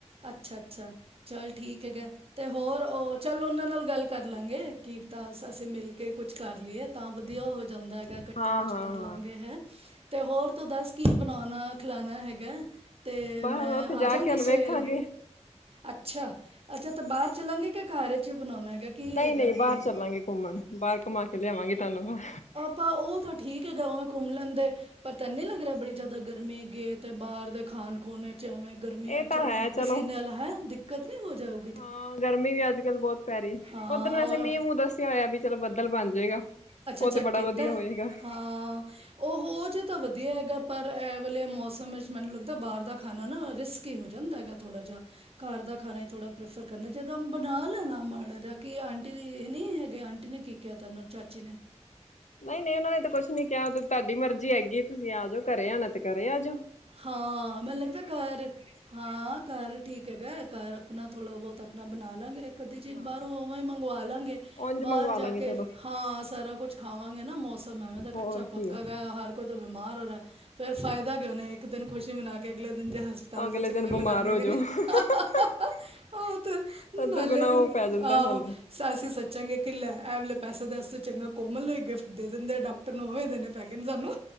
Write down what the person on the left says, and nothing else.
ਹਾਂ-ਹਾਂ-ਹਾਂ
ਬਸ
ਉੱਥੇ ਜਾ
ਕੇ ਹੁਣ
ਵੇਖਾਂਗੇ
ਨਈ-ਨਈ
ਬਾਹਰ ਚੱਲਾਂਗੇ, ਘੁੰਮਣ ਬਾਹਰ ਘੁੰਮਾ ਕੇ ਲਿਆਵਾਂਗੇ ਤੁਹਾਨੂੰ।
ਇਹ
ਤਾਂ ਹੈ
ਚਲੋ
ਹਾਂ, ਗਰਮੀ ਵੀ ਅੱਜ-ਕੱਲ੍ਹ ਬੋਅ ਪੈਰੀ ਏ
ਉਧਨ ਵੈਸੇ
ਮੀਹ ਮੂੰਹ ਦੱਸਿਆ ਹੋਇਆ ਵੀ ਚਲੋ ਬੱਦਲ ਬਣ ਜੇਗਾ।
ਉਹ
'ਤੇ ਬੜਾ
ਵਧੀਆ
ਹੋਏਗਾ।
ਨਈ-ਨਈ ਉਹਨਾਂ ਨੇ ਤਾਂ ਕੁਛ ਨੀ ਕਿਹਾ ਉਹ ਤੇ ਤਾਹਡੀ ਮਰਜ਼ੀ ਹੈਗੀ ਤੁਸੀਂ ਆ ਜੋ ਘਰੇ ਆ ਨਾ 'ਤੇ ਘਰੇ ਆ ਜੋ।
ਹਾਂ
ਉਝ
ਮੰਗਵਾ
ਲਾਂਗੇ
ਚਲੋ
ਹੋਰ ਕੀ
ਅਗਲੇ
ਦਿਨ ਬਿਮਾਰ
ਹੋ
ਜਾਓ
ਦੁੱਗਣਾ
ਉਹ ਪੈ ਜਾਂਦਾ
ਸਾਨੂੰ